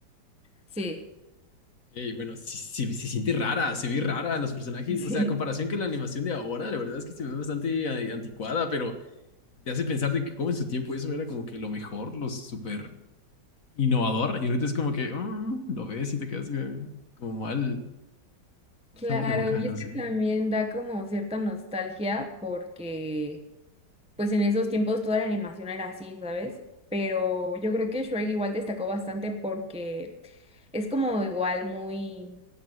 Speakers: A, in the centre; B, on the left.
A: Sí. <laughs>
B: Ok, bueno, sí, sí, se siente rara, se ve rara los personajes,
A: Sí.
B: o sea, a comparación que la animación de ahora, la verdad es que se ve bastante eh, anticuada, pero te hace pensar de que como en su tiempo eso era como que lo mejor, lo súper innovador, y ahorita es como que mm, lo ves y te quedas eh, como mal, mal
A: Claro,
B: sabor de boca,
A: y
B: no
A: es que
B: sé.
A: también da como cierta nostalgia porque pues en esos tiempos toda la animación era así, ¿sabes? Pero yo creo que Shrek igual destacó bastante porque es como igual muy